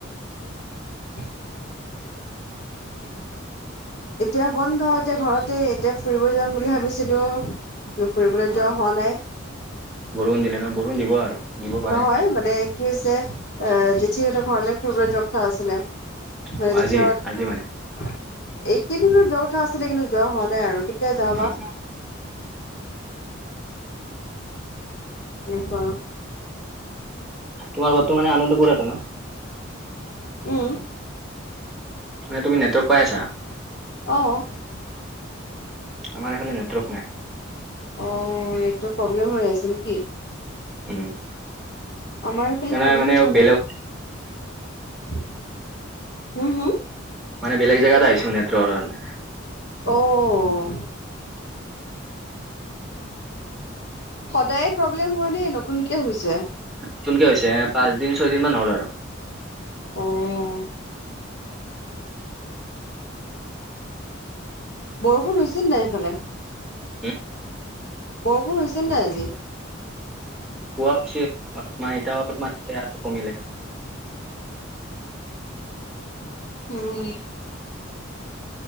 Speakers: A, on the left (about 55°); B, in the centre.
A: <inaudible> এতিয়া বন্ধ এতিয়া ঘৰতে, এতিয়া ফুৰিব যাম বুলি ভাবিছিলোঁ। কিন্তু ফুৰিবলৈ
B: হয়
A: যোৱাও হোৱা নাই।
B: বৰষুণ দিলে ন, বৰষুণ দিব আৰু দিব পাৰে
A: নহয় মানে, কি হৈছে এ জেঠী হঁতৰ ঘৰলে ফুৰিবলৈ যোৱা কথা আছিলে।
B: অ,
A: মানে জেঠীহতঁ,
B: আজি আজি মানে
A: এইকেইদিনতে যোৱা কথা আছিলে, কিন্তু যোৱা হোৱা নাই আৰু। কেতিয়া যাওঁ
B: উম,
A: বা। যি গৰম
B: তোমাৰ ঘৰতটো মানে, আনন্দ পুৰাটে ন।
A: উম।
B: নে তুমি নেৱৰ্ক পাই আছা।
A: অহ।
B: আমাৰ এইফালে নেটৱৰ্ক নাই।
A: অ', এইটো প্ৰব্লেম হৈ আছে নেকি?
B: উম।
A: আমাৰ ইফালে
B: সেইকাৰণে
A: লে প্ৰব্লেম
B: মানে
A: হোৱা নাই
B: বেলেগ
A: হুম হুম।
B: মানে বেলেগে যাগাত আহিছো নেটৰ কাৰণে।
A: অ'। সদায় প্ৰব্লেম হোৱা নে নতুনকে হৈছে।
B: নতুনকে হৈছে পাঁচ দিন ছয় দিন মান হ'ল আৰু।
A: অ'। বৰষুণ হৈছে নাই ইফালে।
B: <inaudible>
A: বৰষুণ হৈছে নাই আজি?
B: পোৱা হৈছিল এতিয়া অলপমান দিলে আৰু কমিলে।
A: উম।